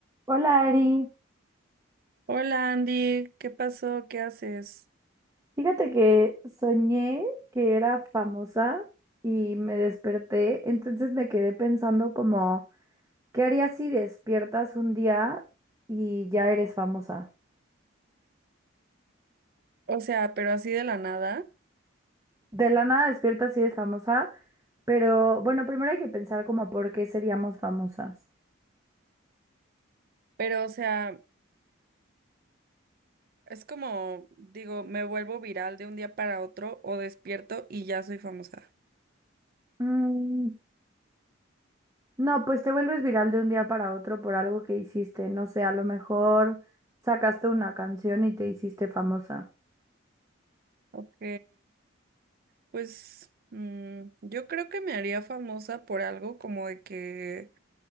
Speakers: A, on the right; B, on the right.
A: Hola Ari,
B: Hola Andy, ¿qué pasó? ¿Qué haces?
A: fíjate que soñé que era famosa y me desperté, entonces me quedé pensando como, ¿qué harías si despiertas un día y ya eres famosa?
B: O sea, pero así de la nada,
A: De la nada despiertas y eres famosa, pero bueno, primero hay que pensar como por qué seríamos famosas.
B: pero o sea, es como, digo, me vuelvo viral de un día para otro o despierto y ya soy famosa.
A: Mm, no, pues te vuelves viral de un día para otro por algo que hiciste, no sé, a lo mejor sacaste una canción y te hiciste famosa.
B: Ok, pues mm, yo creo que me haría famosa por algo como de que,